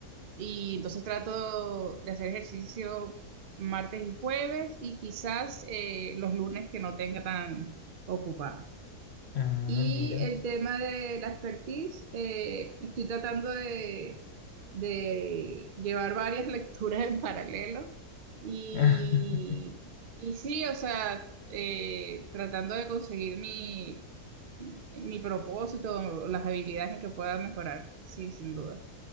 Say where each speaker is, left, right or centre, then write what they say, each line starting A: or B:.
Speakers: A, on the right; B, on the left.
A: y entonces trato de hacer ejercicio martes y jueves y quizás eh, los lunes que no tenga tan ocupada.
B: Ah,
A: Y
B: mira.
A: el tema de la expertise, eh, estoy tratando de, de llevar varias <laughs> lecturas en paralelo. Y,
B: <laughs>
A: y sí, o sea, eh, tratando de conseguir mi, mi propósito, las habilidades en que pueda mejorar, sí, sin duda.